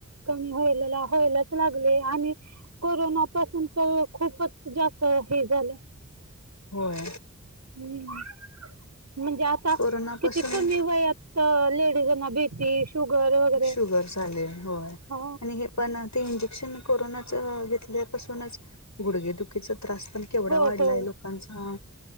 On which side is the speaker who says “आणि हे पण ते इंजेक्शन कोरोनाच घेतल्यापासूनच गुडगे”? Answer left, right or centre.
Left